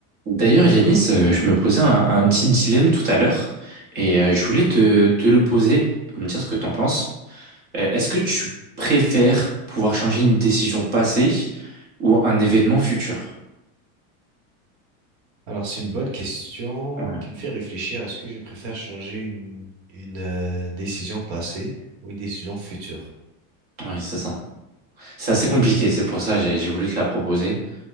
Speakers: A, on the right; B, on the right.
A: D'ailleurs, Yanis, euh, je me posais un, un petit dilemme tout à l'heure et euh, je voulais te, te le poser pour me dire ce que t'en penses. Euh, est-ce que tu préfères pouvoir changer une décision passée ou un événement futur?
B: Alors, c'est une bonne question
A: Ouais.
B: qui me fait réfléchir. Est-ce que je préfère changer une, une euh, décision passée ou une décision future?
A: Oui, c'est ça. C'est assez compliqué, c'est pour ça que j'ai j'ai voulu te la proposer.